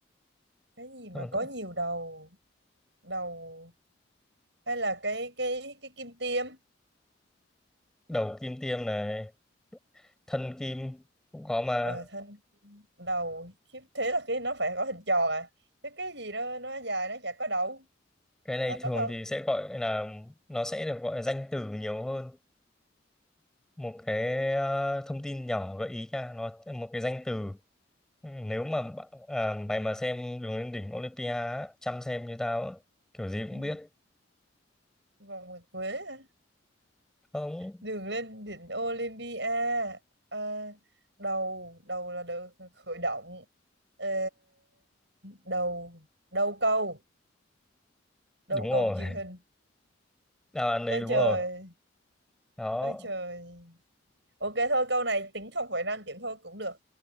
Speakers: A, on the right; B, in the centre.
A: cái gì
B: thân
A: mà
B: bàn
A: có
B: tay
A: nhiều đầu đầu hay là cái cái cái kim tiêm
B: đầu kim tiêm này thân kim cũng có mà
A: ờ, thân đầu khiếp thế là cái nó phải có hình tròn à chứ cái gì nó nó dài nó chả có đầu
B: cái này
A: à,
B: thường
A: có thân
B: thì sẽ gọi là nó sẽ được gọi là danh từ nhiều hơn một cái ờ, thông tin nhỏ gợi ý nha nó một cái danh từ nếu mà bạn- à, mày mà xem Đường lên đỉnh Olympia á, chăm xem như tao á, kiểu gì
A: ừ.
B: cũng biết
A: vòng nguyệt quế hả
B: không
A: đường lên đỉnh Olympia à, đầu đầu là được khởi động Ờ, đầu đầu câu đầu
B: đúng rồi
A: câu truyền
B: <laughs>
A: hình
B: đáp án đấy
A: ôi
B: đúng
A: trời
B: rồi đó
A: ôi trời ok thôi câu này tính không phẩy năm điểm thôi cũng được